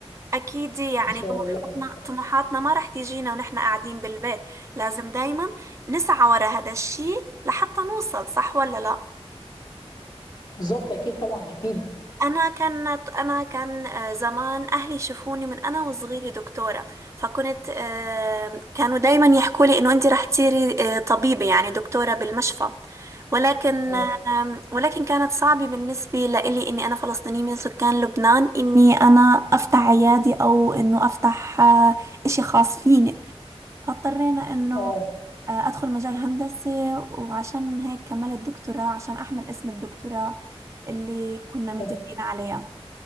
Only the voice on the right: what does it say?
أكيد يعني
طموحاتنا
طموحاتنا ما رح تيجينا ونحن قاعدين بالبيت لازم دايما نسعى ورا هذا الشي لحتى نوصل صح ولا لا
أنا كانت أنا كان آه، زمان أهلي يشوفوني من أنا وصغيرة دكتورة فكنت آه، كانوا دايما يحكوا لي إنه أنت رح تصيري آه، طبيبة يعني دكتورة بالمشفى ولكن
آم، ولكن كانت صعبة بالنسبة لإلي إني أنا فلسطينية من سكان لبنان إني أنا أفتح عيادي أو إنه أفتح آه، إشي خاص فيني فاضطرينا إنه
آه، أدخل مجال هندسة وعشان هيك كملت دكتوراه عشان أحمل اسم الدكتوراه اللي كنا متفقين
عليها